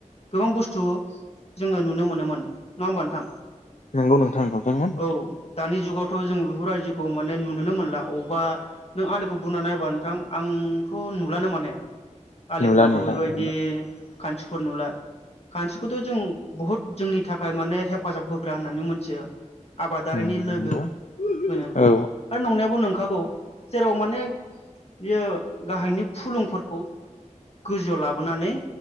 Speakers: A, on the left; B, on the left.
A: गोबां बुस्थु जोंङो नुनो मोनोमोन नंङा होमबा नोंथां?
B: नंगौ नोंथां नोंथांमोन
A: औ दानि जुगाव थ' जों बेफोर बायदिखौ माने नुनोनो मोनला अबावबा नों आलिखौ बुरना नायबा होनबा नोंथां आंथ' नुलानो माने आलिफ्रावबो
B: नुला नुला
A: बेबायदि
B: नुला
A: खानस्रि फोर नुला खानस्रिखौथ' जों बुहुद जोंनि थाखाय माने हेफाजाब होग्रा होननानै मोनथियो आबादारिनि
B: उम
A: लोगो
B: नंगौ
A: होनो बेखौ
B: औ
A: आरो नंनायाबो नंखागौ जेराव माने बियो गाहायनि फुलुंफोरखौ गोजौआव लाबोनानै